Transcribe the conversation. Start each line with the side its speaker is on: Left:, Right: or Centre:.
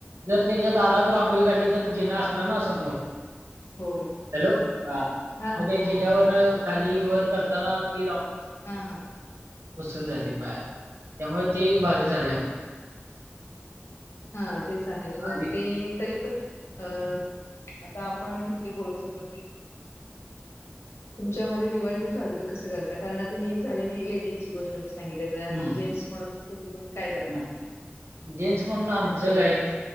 Right: जर त्यांच्या दारात रांगोळी काढली तर जिना असणार ना समोर?
Left: हो!
Right: हॅलो हा,
Left: हा
Right: म्हणजे जिन्यावरन खाली वर करताना ती रांगो
Left: हा हा!
Right: पुसून जाते पायान त्यामुळे ते एक भारी झाले
Left: हा तेच आहे
Right: आणि
Left: मग ते तरी पण अ आता आपण इथे बोलत होतो की तुमच्या वरी दिवाळी तुम्ही साजर कसं करता? कारण आता हे झाले लेडीजची गोष्ट मी सांगितली
Right: हम्म
Left: जी जेंट्स म्हणून तुम्ही काय कर
Right: हम्म जेन्टस म्हणून आमचं
Left: तुमच्या घरात?
Right: काय?